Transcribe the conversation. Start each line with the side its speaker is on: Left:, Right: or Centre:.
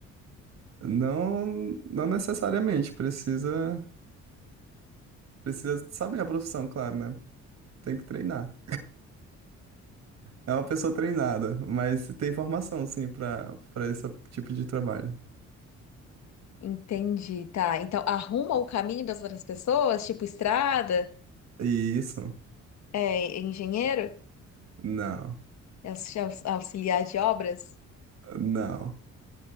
Right: Não, não necessariamente, precisa, precisa saber a profissão, claro, né? Tem que treinar. É uma pessoa treinada, mas tem formação, sim, para para esse tipo de trabalho.
Left: Entendi, tá. Então, arruma o caminho das outras pessoas, tipo estrada,
Right: E isso?
Left: é, engenheiro,
Right: Não,
Left: aux- aux- auxiliar de obras?
Right: não.